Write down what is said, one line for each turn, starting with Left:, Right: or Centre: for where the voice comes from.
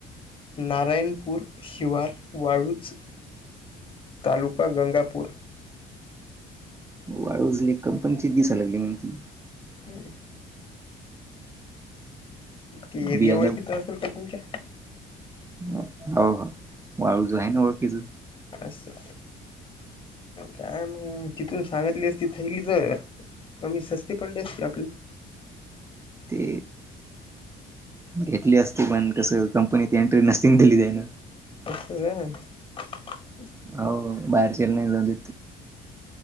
Left: नारायणपूर शिवार वाळूज, तालुका गंगापूर.
Right: वाळूजले कंपनीची दिसाय लागली म्हण ती.
Left: हम्म. ती एरिया
Right: बियाणे
Left: ओळखीचं असेल का तुमच्या?
Right: ओ हो <unintelligible> ज आहे न ओळखीचा.
Left: असं काय मग तिथू सांगितली असती थैली जर. कमी सस्ती पडली असती आपली.
Right: ते घेतली असती पण, कसं कंपनीत एंट्री नसती दिली त्यान.
Left: <unintelligible>
Right: अहो बाहेरचेल नाही जाऊ देत ते.